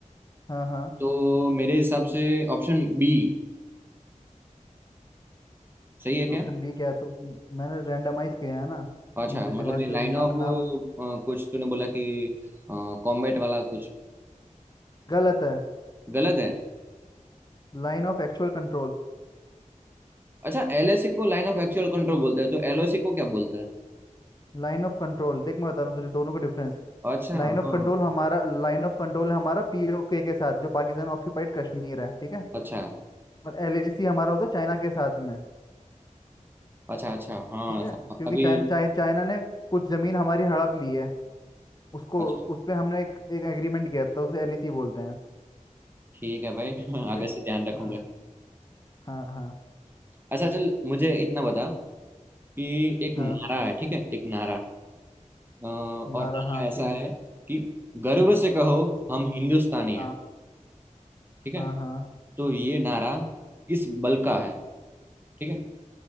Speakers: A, on the left; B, on the right.
A: हाँ हाँ
B: तो मेरे हिसाब से ऑप्शन बी सही है क्या
A: ऑप्शन बी क्या है तो मैंने रैंडमाइज किया है ना
B: अच्छा
A: मुझे
B: मतलब
A: दिमाग
B: ये
A: से
B: लाइन
A: वो ना,
B: ऑफ
A: नाम
B: कुछ तूने बोला कि कॉम्बैट वाला कुछ
A: गलत है
B: गलत है
A: Line of actual control
B: अच्छा एलएसी को लाइन ऑफ एक्चुअल कंट्रोल बोलते हैं तो एलओसी को क्या बोलते हैं
A: Line of control देख मैं बता रहा हूँ तुझे दोनों का डिफरेंस
B: अच्छा
A: लाइन
B: हाँ
A: ऑफ कंट्रोल हमारा लाइन ऑफ कंट्रोल हमारा पीओके के साथ जो पाकिस्तान ऑक्यूपाइड कश्मीर है ठीक है
B: अच्छा
A: और एलएसी हमारा होता है चाइना के साथ में
B: अच्छा अच्छा हाँ
A: ठीक है
B: सम-
A: क्योंकि
B: अभी
A: चाइना चाइ, चाइना ने कुछ जमीन हमारी हड़प ली है उसको
B: अच्छा
A: उस पे हमने एक, एक एग्रीमेंट किया था उसे एलएसी बोलते हैं
B: ठीक है भाई <laughs>
A: ठीक
B: आगे
A: है
B: से ध्यान रखूंगा
A: हाँ
B: <laughs>
A: हाँ हाँ
B: अच्छा चल मुझे इतना बता कि एक
A: हाँ
B: नारा है ठीक है एक नारा अ, और
A: नारा
B: नारा
A: हाँ
B: ऐसा
A: ठीक
B: है
A: है
B: कि गर्व से कहो हम हिंदुस्तानी
A: हाँ
B: है ठीक है
A: हाँ हाँ
B: तो ये नारा किस बल का है ठीक है